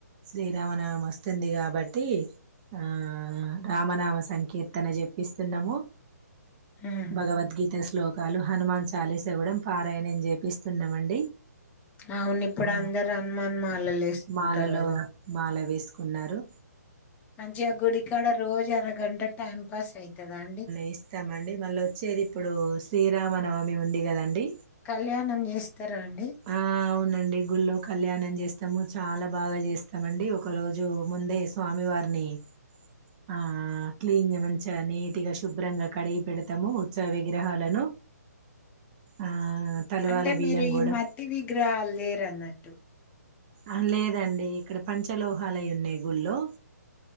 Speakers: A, on the right; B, on the left.
A: శ్రీరామ నవమి వస్తుంది కాబట్టి ఆ రామనామ సంకీర్తన చెప్పిస్తున్నాము
B: ఉహు
A: భగవద్గీత శ్లోకాలు హనుమాన్ చాలీస కూడా పారాయణం చేపిస్తున్నామండి
B: అవును ఇప్పుడు
A: ఆ
B: అందరు హనుమాన్ మాలలు వేసుకుంటారు
A: మాలలో
B: కదా
A: మాల వేసి ఏసుకున్నారు
B: మంచిగా గుడికాడ రోజు అరగంట టైం పాస్ అవుతుందా అండి
A: ఏస్తాం అండి మళ్ళ వచ్చేది ఇప్పుడు శ్రీరామ నవమి ఉంది కదండి
B: కళ్యాణం చేస్తారా అండి
A: ఆ అవునండి గుళ్ళో కళ్యాణం చేస్త ఇష్టము చాలా బాగా చేస్తామండి ఒక రోజు ముందే స్వామి వారిని ఆ క్లీన్ మంచి నీట్ గా శుభ్రంగా కడిగి పెడతాము ఉత్సవ విగ్రహాలను ఆ తలవాల
B: అంటే
A: బియ్యం
B: మీరు
A: కూడా
B: ఈ మట్టి విగ్రహాలు లేేరన్నట్టు
A: ఆ లేదండి ఇక్కడ పంచలోహాలు అయ్యి ఉన్నాయి గుళ్ళో